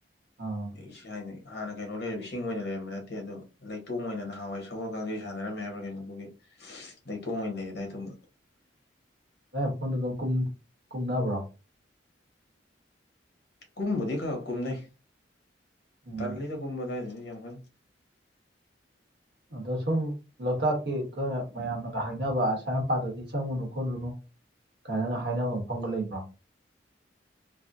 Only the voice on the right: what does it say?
ꯑꯥ
ꯑꯦ ꯐꯣꯟꯗꯨ ꯑꯗꯨꯝ ꯀꯨꯝꯅꯕ꯭ꯔꯣ
ꯎꯝ
ꯑꯗꯣ ꯁꯨꯝ ꯂꯣꯛꯇꯥꯛꯀꯤ ꯈꯈꯔ ꯃꯌꯥꯝꯅꯒ ꯍꯥꯏꯅꯕ ꯁꯁꯥꯏ ꯃꯄꯥꯗꯗꯤ ꯆꯪꯉꯨꯅꯨ ꯈꯣꯠꯂꯨꯅꯨ ꯀꯥꯏꯅꯒ ꯍꯥꯏꯅꯕ ꯃꯐꯝꯒ ꯂꯩꯕ꯭ꯔꯣ